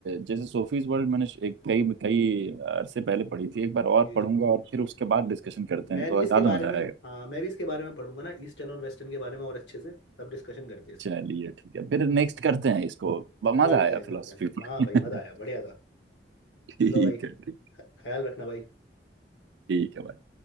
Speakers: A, on the right; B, on the left.
A: जैसे सोफीज वर्ल्ड मैंने एक कई कई अरसे पहले पढ़ी थी एक बार और
B: जी
A: पढ़ूंगा
B: जी
A: और फिर
B: हम्म
A: उसके बाद डिस्कशन करते
B: मैं
A: हैं तो
B: भी इसके
A: ज्यादा
B: बारे
A: मजा
B: में
A: आएगा
B: हाँ मैं भी इसके बारे में पढ़ूंगा ना ईस्टर्न और वेस्टर्न के बारे में और अच्छे से तब डिस्कशन करते हैं इस
A: चलिए
B: पर
A: ठीक है फिर नेक्स्ट करते हैं इसको ब- मजा
B: करते
A: आया
B: हैं करते
A: फिलोसफी
B: हैं हाँ
A: <laughs>
B: भाई मजा आया बढ़िया था
A: ठीक
B: चलो भाई ख-
A: है ठीक
B: ख्याल रखना भाई
A: ठीक है भाई